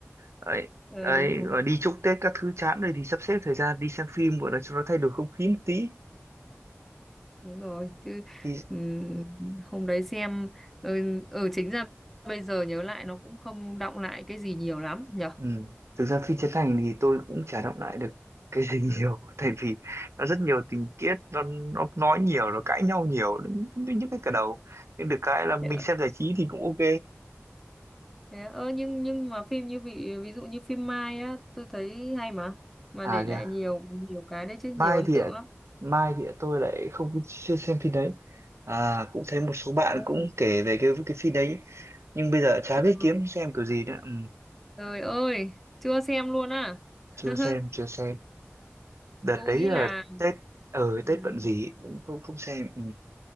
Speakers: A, on the right; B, in the centre.
A: ấy
B: ờ,
A: ấy
B: đúng rồi
A: rồi đi chúc Tết các thứ chán rồi thì sắp xếp thời gian đi xem phim gọi là cho nó thay đổi không khí một tí
B: đúng rồi chứ
A: thì
B: ừm, hôm đấy xem ở ừ, ừ, chính ra bây giờ nhớ lại nó cũng không đọng lại cái gì nhiều lắm nhở
A: Ừ. Thực ra phim Trấn Thành thì tôi cũng chả đọc lại được cái gì <laughs> nhiều tại vì nó rất nhiều tình tiết nó, nó nói nhiều nó cãi nhau nhiều những nhức hết cả đầu nhưng được cái là mình
B: Dạ.
A: xem giải trí thì cũng ok
B: Thế á, ơ nhưng nhưng mà phim như vị ví dụ như phim Mai á tôi thấy hay mà mà
A: à
B: để
A: kìa
B: lại nhiều nhiều cái đấy chứ
A: mai
B: nhiều ấn
A: thì
B: tượng
A: ạ-
B: lắm
A: mai thì ạ, tôi lại không có- chưa xem phim đấy à cũng thấy một số bạn
B: Đúng
A: cũng kể về cái cái phim đấy nhưng bây giờ chả
B: trời,
A: biết kiếm xem kiểu gì nữa ừ.
B: trời ơi chưa xem luôn á
A: chưa
B: <laughs>
A: xem chưa xem đợt
B: tôi
A: đấy
B: nghĩ
A: là
B: là
A: Tết ở
B: ừm,
A: Tết bận gì cũng không không xem ừ.